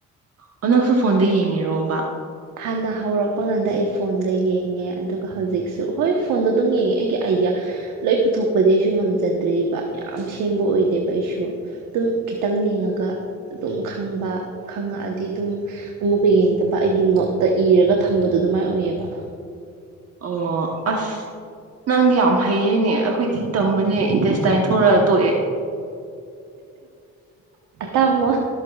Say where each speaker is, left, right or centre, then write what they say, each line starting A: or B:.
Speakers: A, on the right; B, on the right.
A: ꯑꯣ ꯅꯪꯁꯨ ꯐꯣꯟꯗ ꯌꯦꯡꯉꯤꯔꯣꯕ
B: ꯍꯥꯟꯅ ꯍꯧꯔꯛꯄ ꯀꯥꯟꯗ ꯑꯩ ꯐꯣꯟꯗ ꯌꯦꯡꯉꯦ ꯑꯗꯨꯒ ꯍꯧꯖꯤꯛꯁꯨ ꯍꯣꯏ ꯐꯣꯟꯗ ꯑꯗꯨꯝ ꯌꯦꯡꯉꯦ ꯑꯩꯒꯤ ꯑꯥꯏꯗꯤꯌꯥ ꯂꯣꯏ ꯄꯨꯊꯣꯛꯄꯗꯤ ꯑꯩꯁꯨ ꯉꯝꯖꯗ꯭ꯔꯤꯕꯔꯤꯕ ꯌꯥꯝ ꯁꯦꯝꯕ ꯑꯣꯏꯗꯦꯕ ꯑꯩꯁꯨ ꯑꯗꯨꯝ ꯈꯤꯇꯪ ꯌꯦꯡꯉꯒ ꯑꯗꯨꯝ ꯈꯪꯕ ꯈꯪꯉꯛꯑꯗꯤ ꯑꯗꯨꯝ ꯑꯃꯨꯛꯀ ꯌꯦꯡꯗꯕ ꯒꯤ ꯅꯣꯠꯇ ꯏꯔꯒ ꯊꯝꯕꯗꯣ ꯑꯗꯨꯃꯥꯏꯅ ꯑꯣꯏꯌꯦꯕ
A: ꯑꯣ ꯑꯁ ꯅꯪꯗꯤ ꯌꯥꯝ ꯍꯩꯌꯦꯅꯦ ꯑꯩꯈꯣꯏꯗꯤ ꯇꯝꯕꯅꯦ ꯏꯟꯇꯦꯁꯇꯥꯏꯟ ꯊꯣꯔꯛꯑ ꯇꯣꯛꯑꯦ
B: ꯇꯥꯃꯣ